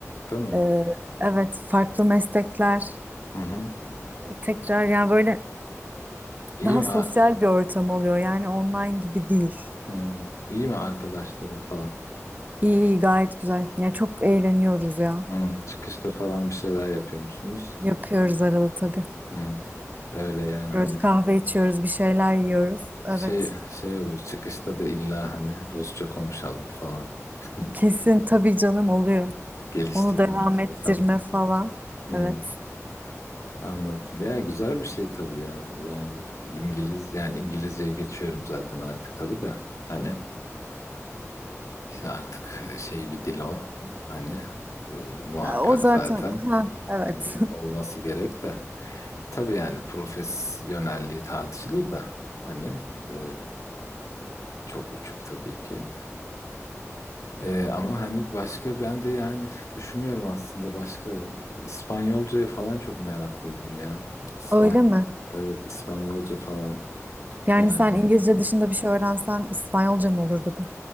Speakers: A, on the left; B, on the right.
A: değil mi?
B: e, evet farklı meslekler
A: Hı hı.
B: tekrar yani böyle
A: İyi
B: Daha
A: mi?
B: sosyal
A: a-
B: bir ortam oluyor yani online gibi değil.
A: Hmm, iyi mi arkadaşlarım falan?
B: İyi iyi gayet güzel. Ya çok eğleniyoruz ya.
A: Hmm, çıkışta falan bir şeyler yapıyor musunuz?
B: Yapıyoruz arada tabii.
A: Hmm, öyle yani
B: Yiyoruz,
A: hani
B: kahve içiyoruz, bir şeyler yiyoruz.
A: şey
B: Evet.
A: şey olur çıkışta da illa hani Rusça konuşalım falan. <laughs>
B: Kesin tabii canım oluyor.
A: Geliştirme
B: Onu devam
A: için
B: ettirme
A: falan.
B: falan.
A: Hmm.
B: Evet.
A: Anladım. Ya güzel bir şey tabii ya. Yani İngiliz yani İngilizceye geçiyorum zaten artık tabii de. Hani işte artık e, şey bir dil o. Hani e, muhakkak
B: Ya O zaten
A: zaten.
B: ha evet.
A: Hani olması gerek de. Tabii yani profesyonelliği tartışılır da. Hani e, çok uçuk tabii ki. E, ama hani başka ben de yani düşünüyorum aslında başka İspanyolcaya falan çok meraklıydım ya. İspanyol.
B: <laughs> Öyle mi?
A: Evet İspanyolca falan.
B: Yani
A: Yani
B: sen İngilizce dışında bir şey öğrensen İspanyolca mı olurdu bu?